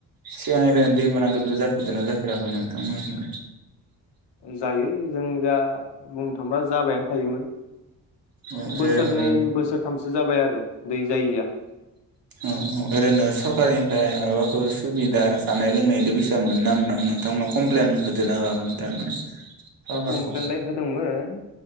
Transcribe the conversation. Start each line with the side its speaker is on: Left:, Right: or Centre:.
Right: सिगां ओरैनो दै बाना गिदिर जाफेरदों ना जाफेराखैमोन नोंथांमोनखि।
Left: जायो जों जा बुंनो थांबा जाबायानो थायोमोन।
Right: औ
Left: बोसोरनै
Right: ओरैनो
Left: बोसोरथामसो जाबाय आरो दै जायैया
Right: औ औ ओरैनो सरकारनिफ्राय माबाबाफोर सुबिदा जानाय लोंनायदि फैसा मोनो ना मोनामोन नोंथांमोना कमप्लेन होदना होआाखैमोन थारमाने सरखारखौ
Left: कमप्लेनलाय होदोंमोन